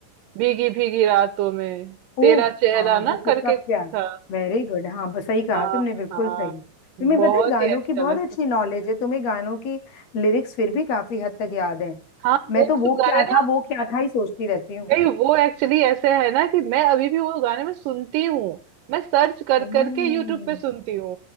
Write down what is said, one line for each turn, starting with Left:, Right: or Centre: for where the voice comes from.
Right: भीगी भीगी रातों में
Left: ओह
Right: तेरा चेहरा
Left: हाँ
Right: ना
Left: वो कितना
Right: करके
Left: प्यार
Right: था
Left: वेरी गुड हाँ बस सही
Right: हाँ
Left: कहा तुमने बिल्कुल
Right: हाँ
Left: सही तुम्हें
Right: बहुत
Left: पता है गानों
Right: ही अच्छा
Left: की बहुत
Right: लगता
Left: अच्छी नॉलेज है तुम्हें गानों की लिरिक्स फिर भी काफी हद तक याद है
Right: हाँ
Left: मैं
Right: वो
Left: तो वो
Right: सब गाने
Left: क्या
Right: ना
Left: था वो क्या था ही सोचती रहती हूँ
Right: नहीं वो एक्चुअली ऐसे है ना कि मैं अभी भी वो गाने में सुनती हूँ मैं सर्च कर
Left: हम्म
Right: करके यूट्यूब पे सुनती हूँ